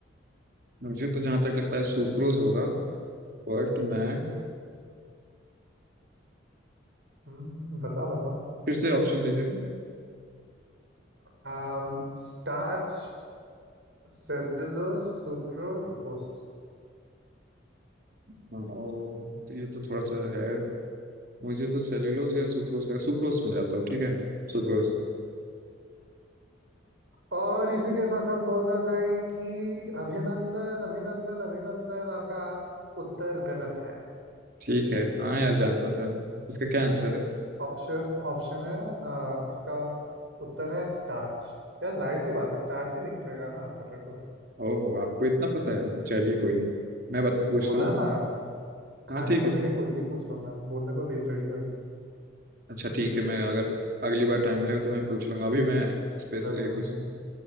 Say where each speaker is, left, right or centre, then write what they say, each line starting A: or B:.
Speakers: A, on the right; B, on the right.
A: मुझे तो जहाँ तक लगता है सुक्रोज होगा बट मैं
B: हम्म हम्म, बताओ बताओ
A: फिर से ऑप्शन दीजिए
B: अम, Starch cellulose sucrose glucose
A: हाँ और ये तो थोड़ा सा है मुझे तो सेल्यूलोज या सुक्रोज का सुक्रोज में जाता हूँ ठीक है सुक्रोज
B: और इसी के साथ हम बोलना चाहेंगे कि अभिनंदन अभिनंदन अभिनंदन आपका उत्तर गलत है
A: ठीक है हाँ यार जानता था इसका क्या आंसर है
B: ऑप्शन ऑप्शन है अ, इसका उत्तर है स्टार्च यार जाहिर सी बात है स्टार्च ही निकलेगा ना पोटैटो से
A: ओहो आपको इतना पता है चलिए कोई नहीं मैं बात पूछता
B: बोला
A: हूँ
B: ना खाने
A: हाँ ठीक
B: को
A: है
B: लेके कुछ भी पूछो मैं बोलने को रेडी हूँ एकदम
A: अच्छा ठीक है मैं अगर अगली बार टाइम मिलेगा तो मैं पूछ लूंगा अभी मैं स्पेशली
B: बिल्कुल
A: पूछ रहा हूँ